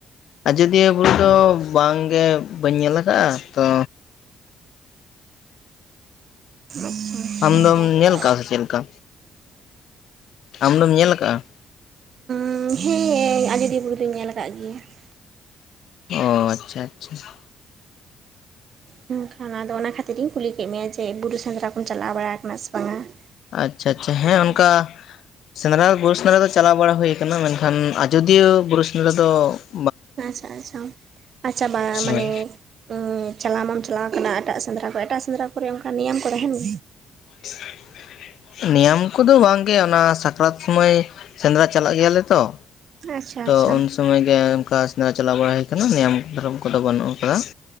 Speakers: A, on the left; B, on the right.
A: ᱟᱡᱚᱫᱤᱭᱟᱹ ᱵᱩᱨᱩ ᱫᱚ ᱵᱟᱝ ᱜᱮ ᱵᱟᱹᱧ ᱧᱮᱞ ᱟᱠᱟᱜ-ᱟ ᱛᱚ
B: <unintelligible>
A: ᱟᱢ
B: ᱱᱟᱯᱟᱭ
A: ᱫᱚᱢ ᱧᱮᱞ ᱠᱟᱜ-ᱟ ᱥᱮ ᱪᱮᱫ ᱞᱮᱠᱟ ᱟᱢ ᱫᱚᱢ ᱧᱮᱞ ᱠᱟᱜ-ᱟ ᱾
B: <inaudible> ᱦᱮᱸ <unintelligible> ᱟᱡᱚᱫᱤᱭᱟᱹ ᱵᱩᱨᱩ ᱫᱩᱧ ᱧᱮᱞ ᱠᱟᱜ ᱜᱤᱭᱟ ᱾
A: ᱚ ᱟᱪᱪᱷᱟ ᱟᱪᱪᱷᱟ ᱾
B: ᱢᱮᱱ ᱠᱷᱟᱱ ᱟᱫᱚ ᱚᱱᱟ ᱠᱷᱟᱹᱛᱤᱨ ᱤᱧ ᱠᱩᱞᱤ ᱠᱮᱫ ᱢᱮᱭᱟ ᱡᱮ ᱵᱩᱨᱩ ᱥᱮᱸᱫᱽᱨᱟ ᱠᱚᱢ ᱪᱟᱞᱟᱣ ᱵᱟᱲᱟ ᱟᱠᱟᱱᱟ ᱥᱮ ᱵᱟᱝᱟ᱾
A: ᱟᱪᱪᱷᱟ
B: ᱚᱱᱟ
A: ᱟᱪᱪᱷᱟ
B: ᱞᱟᱹᱜᱤᱫ
A: ᱦᱮᱸ
B: ᱛᱮ
A: ᱚᱱᱠᱟ ᱥᱮᱸᱫᱽᱨᱟ ᱵᱩᱨᱩ ᱥᱮᱸᱫᱽᱨᱟ ᱫᱚ ᱪᱟᱞᱟᱣ ᱵᱟᱲᱟ ᱦᱳᱭ ᱠᱟᱱᱟ ᱢᱮᱱᱠᱷᱟᱱ ᱟᱡᱚᱫᱤᱭᱟᱹ ᱵᱩᱨᱩ ᱥᱮᱸᱫᱽᱨᱟ ᱫᱚ ᱾
B: ᱟᱪᱪᱷᱟ ᱟᱪᱪᱷᱟ ᱟᱪᱪᱷᱟ ᱟᱪᱷᱟ ᱵᱟᱝ-ᱟ ᱢᱟᱱᱮ
A: ᱦᱳᱭ
B: <inaudible> ᱪᱟᱞᱟᱣ ᱢᱟᱢ ᱪᱟᱞᱟᱣ ᱠᱟᱱᱟ ᱮᱴᱟᱜ ᱥᱮᱸᱫᱽᱨᱟ ᱠᱚ ᱮᱴᱟᱜ ᱥᱮᱸᱫᱽᱨᱟ ᱠᱚᱨᱮ ᱚᱱᱠᱟ ᱱᱤᱭᱟᱹᱢ ᱠᱚ ᱛᱟᱦᱮᱸᱱ?
A: ᱦ <unintelligible> ᱱᱤᱭᱟᱢ ᱠᱚᱫᱚ ᱵᱟᱝ ᱜᱮ ᱚᱱᱟ ᱥᱟᱠᱨᱟᱛ ᱥᱚᱢᱚᱭ ᱥᱮᱸᱫᱽᱨᱟ ᱪᱟᱞᱟᱜ ᱜᱮᱭᱟᱞᱮ ᱛᱚ
B: ᱟᱪᱪᱷᱟ
A: ᱛᱚ
B: ᱟᱪᱪᱷᱟ
A: ᱩᱱ ᱥᱚᱢᱚᱭ ᱜᱮ ᱚᱱᱠᱟ ᱥᱮᱸᱫᱽᱨᱟ ᱪᱟᱞᱟᱣ ᱵᱟᱲᱟ ᱦᱩᱭ ᱠᱟᱱᱟ ᱱᱤᱭᱚᱢ ᱫᱷᱚᱨᱚᱢ ᱠᱚᱫᱚ ᱵᱟᱹᱱᱩᱜ ᱠᱟᱫᱟ ᱾